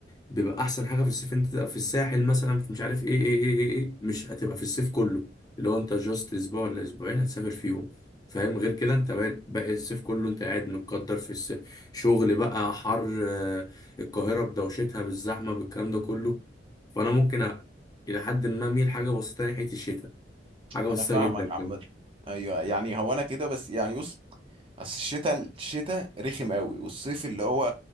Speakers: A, on the left; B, on the right.
A: بيبقى احسن حاجه في الصيف انت تبقى في الساحل مثلا في مش عارف ايه ايه ايه ايه, إيه. مش هتبقى في الصيف كله اللي هو انت جاست اسبوع ولا اسبوعين هتسافر فيهم فاهم غير كده انت باقي باقي الصيف كله انت قاعد متقدر في الس- شغل بقى حر آه، القاهره بدوشتها بالزحمه بالكلام ده كله فانا ممكن أ... الى حد ما اميل حاجه بسيطه ناحيه الشتاء حاجه
B: انا
A: بسيطه
B: فاهمك
A: جدا
B: عامة
A: كمان
B: ايوه يعني هو انا كده بس يعني بص اصل الشتاء الشتاء رخم قوي والصيف اللي هو